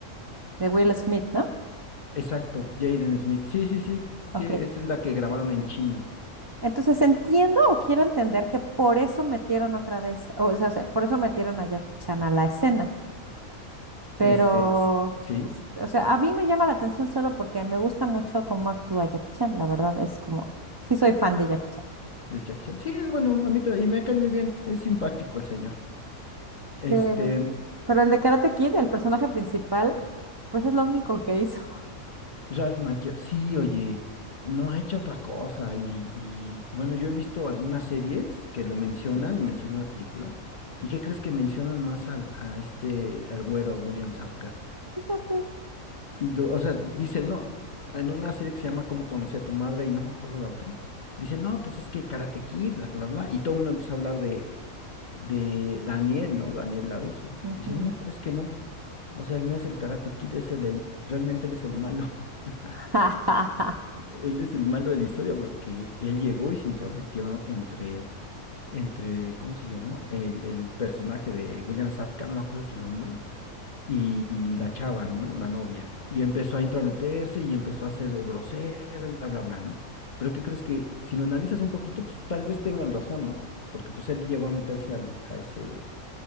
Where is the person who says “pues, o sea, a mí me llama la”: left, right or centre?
Right